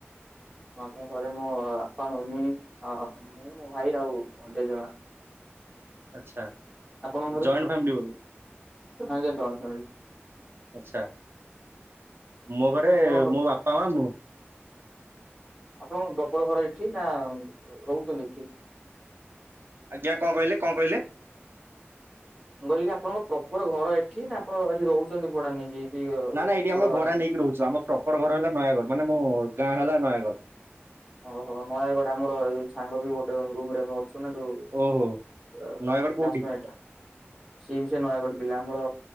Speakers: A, in the centre; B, on the right (about 60°).
A: ଆମ ଘରେ ମୋ ବାପା ମମି ମୁଁ ମୋ ଭାଇ ଆଉ ମୋ ଜେଜେମା।
B: ଆଚ୍ଛା।
A: ଆପଣଙ୍କ ଘରେ
B: ଜଏଣ୍ଟ ଫ୍ୟମିଲି ବୋଧେ?
A: ହଁ ଜଏଣ୍ଟ ଫ୍ୟାମିଲି
B: ଆଛା। ମୋ ଘରେ
A: ଆପଣଙ୍କ
B: ମୋ ବାପା ମା ମୁଁ।
A: ଆପଣଙ୍କ ପ୍ରପର ଘର ଏଠି ନା ରହୁଛନ୍ତି ଏଠି?
B: ଆଜ୍ଞା କଣ କହିଲେ କଣ କହିଲେ?
A: ମୁଁ କହିଲି ଆପଣଙ୍କ ପ୍ରପର ଘର ଏଠି ନା ଆପଣ ଏଠି ରହୁଛନ୍ତି ଭଡା ନେଇକି? କି
B: ନା ନା ଏଇଠି
A: ଘର
B: ଆମେ ଭଡ଼ା
A: ଆସିକି?
B: ନେଇକି ରହୁଚୁ। ଆମର ପ୍ରପର ଘର ହେଲା ନୟାଗଡ଼। ମାନେ ମୋ ଗାଁ ହେଲା ନୟାଗଡ଼।
A: ଓହୋ ନୟାଗଡ ଆମର ଏଇ ସାଙ୍ଗ ବି ଗୋଟେ ରୁମ ରେ ଆମେ ଅଛୁ ନା ଯୋଉ ଲ୍ସ୍
B: ଓହୋ ନୟାଗଡ଼ କୋଉଠି
A: ମିନିଟ। ସେିମ ସେ ନୟାଗଡ଼ ପିଲା ଆମର